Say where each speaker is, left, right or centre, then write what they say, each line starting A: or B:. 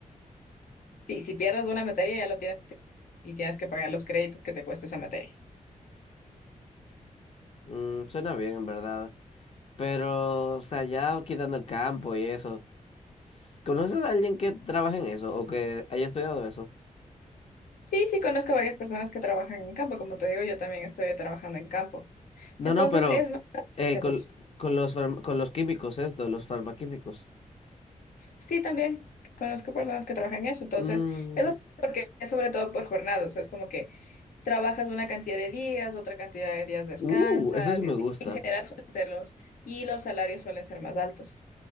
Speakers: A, on the left; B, on the left.
A: Sí, si pierdes una materia ya lo tienes que y tienes que pagar los créditos que te cuesta esa materia.
B: Mm, suena bien, en verdad. Pero, o sea, ya quitando el campo y eso. s- ¿Conoces a alguien que trabaje en eso o que haya estudiado eso?
A: Sí, sí, conozco varias personas que trabajan en campo, como te digo, yo también estoy trabajando en campo.
B: No,
A: Entonces,
B: no, pero
A: es más
B: eh,
A: de
B: con,
A: voz.
B: con los farm- con los químicos, esto, los farmaquímicos.
A: Sí, también conozco personas que trabajan en eso, entonces,
B: Mm,
A: es bastante porque es sobre todo por jornadas, o sea, es como que trabajas una cantidad de días, otra cantidad de días descansas
B: uh, eso sí me
A: y así.
B: gusta.
A: En general suelen serlos y los salarios suelen ser más altos.